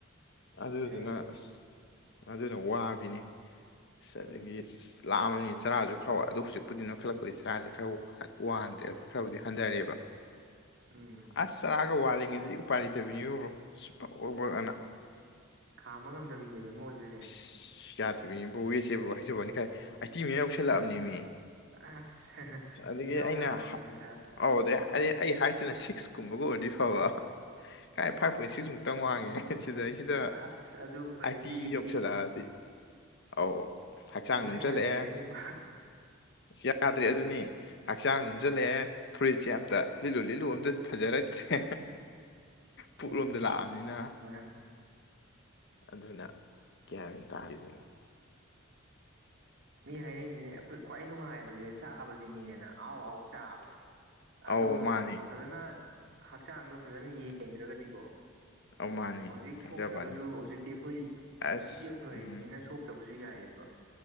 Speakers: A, on the left (about 55°); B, on the right (about 60°).
A: ꯑꯗꯨꯗꯨꯅ
B: ꯌꯥꯏ ꯋꯥꯔꯤꯁꯦ
A: ꯑꯁ ꯑꯗꯨꯅ ꯋꯥꯕꯤꯅꯤ ꯑꯁ
B: ꯎꯝ
A: ꯑꯗꯒꯤ ꯂꯥꯝꯃꯕꯅꯤꯅ ꯆꯔꯥꯁꯨ ꯈꯔ ꯋꯥ ꯑꯗꯣ ꯍꯧꯖꯤꯛꯄꯨꯗꯤ ꯅꯣꯏꯈꯠꯂꯛꯄꯗꯒꯤ ꯆꯔꯥꯁꯦ ꯈꯔ ꯍꯟ ꯋꯥꯟꯗ꯭ꯔꯦ ꯍꯥꯏꯗꯤ ꯈꯔꯕꯨꯗꯤ ꯍꯟꯊꯔꯦꯕ
B: ꯎꯝ
A: ꯑꯁ ꯆꯔꯥꯒ ꯋꯥꯜꯂꯤꯉꯩꯗꯗꯤ ꯎꯄꯥꯏ ꯂꯩꯇꯕꯤꯅꯤ ꯕ꯭ꯔꯣ ꯕꯛ ꯕꯛ ꯕꯛ ꯅ
B: ꯈꯥꯝꯕ ꯉꯝꯗꯕꯤꯅꯦꯕ ꯅꯣꯏꯕꯁꯦ
A: ꯑꯁ ꯌꯥꯗꯕꯤꯅꯦꯕꯣ ꯕ꯭ꯔꯣ ꯍꯥꯏꯖꯕꯅꯤ ꯀꯥꯏ ꯑꯩꯇꯤ ꯃꯌꯥ ꯌꯧꯁꯜꯂꯛꯑꯕꯅꯤꯃꯤ
B: ꯑꯁ
A: ꯑꯗꯒꯤ
B: ꯃꯤꯖꯥꯎ
A: ꯑꯩꯅ
B: ꯇꯥꯔꯦ ꯅꯪ ꯈꯔ
A: ꯑꯧ ꯑꯩ ꯍꯥꯏꯠꯇꯨꯅ ꯁꯤꯛꯁ ꯀꯨꯝꯕ ꯑꯣꯏꯔꯗꯤ ꯐꯥꯕ ꯀꯥꯏꯗꯩꯩ ꯐꯥꯏꯐ ꯄꯣꯏꯟꯠ ꯁꯤꯛꯁ ꯈꯤꯇꯪ ꯋꯥꯡꯉꯦ ꯁꯤꯗꯩꯁꯤꯗ
B: ꯑꯁ ꯑꯗꯨꯒ ꯑꯦꯠꯇꯤꯒꯗꯤ
A: ꯑꯥꯏꯇꯤ ꯌꯧꯁꯜꯂꯛꯑꯗꯤ ꯑꯧ ꯍꯛꯆꯥꯡ
B: ꯏꯃ
A: ꯅꯣꯝꯁꯤꯜꯂꯛꯑꯦ
B: ꯌꯥꯗ꯭ꯔꯦ ꯅꯪꯒꯤꯗꯣ
A: ꯑꯁ ꯌꯥꯗ꯭ꯔꯦ
B: ꯑꯥ
A: ꯑꯗꯨꯅꯤ ꯍꯛꯆꯥꯡ ꯅꯣꯝꯁꯤꯜꯂꯛꯑꯦ ꯐꯨꯔꯤꯠꯁꯦ ꯑꯝꯇ ꯂꯤꯠꯂꯨ ꯂꯤꯠꯂꯨ ꯑꯝꯇ ꯐꯖꯔꯛꯇ꯭ꯔꯦ
B: ꯎꯝ
A: ꯄꯨꯛ ꯂꯣꯝꯗ ꯂꯥꯛꯑꯕꯅꯤꯅ
B: ꯃꯥꯅꯤ
A: ꯑꯗꯨꯅ ꯀꯌꯥ ꯇ ꯍꯥꯏꯖꯉꯤ
B: ꯃꯤ ꯍꯥꯏꯅꯩꯅꯤꯅꯦ ꯑꯩꯈꯣꯏ ꯈ꯭ꯋꯥꯏ ꯅꯨꯡꯉꯥꯏꯕꯕꯁꯤꯦ ꯆꯥꯕꯁꯤꯅꯦꯅ ꯑꯍ ꯑꯍꯥꯎ ꯆꯥꯕꯁꯦ
A: ꯑꯧ
B: ꯑꯗꯣ
A: ꯃꯥꯅꯦ
B: ꯐꯖꯅ ꯍꯛꯆꯥꯡꯗꯣ ꯐꯖꯅ ꯌꯦꯡꯗ꯭ꯔꯒꯗꯤꯀꯣ
A: ꯑꯧ ꯃꯥꯅꯦ
B: ꯍꯧꯖꯤꯛ
A: ꯍꯥꯏꯖꯕꯩ
B: ꯁꯣꯛꯇ꯭ꯔꯒꯁꯨ
A: ꯋꯥꯅꯤ
B: ꯍꯧꯖꯤꯛꯇꯤ ꯑꯩꯈꯣꯏ
A: ꯑꯁ
B: ꯏꯆꯦꯜ ꯐꯔꯤꯕꯅꯤꯅ
A: ꯎꯝ
B: ꯁꯣꯛ ꯐ ꯇꯕꯁꯨ ꯌꯥꯏꯑꯕ